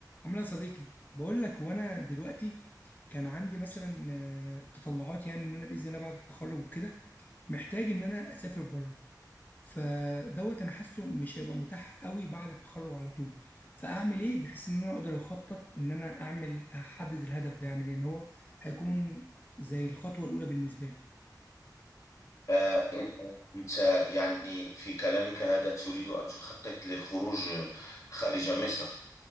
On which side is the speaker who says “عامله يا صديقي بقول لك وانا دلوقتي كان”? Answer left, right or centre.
Left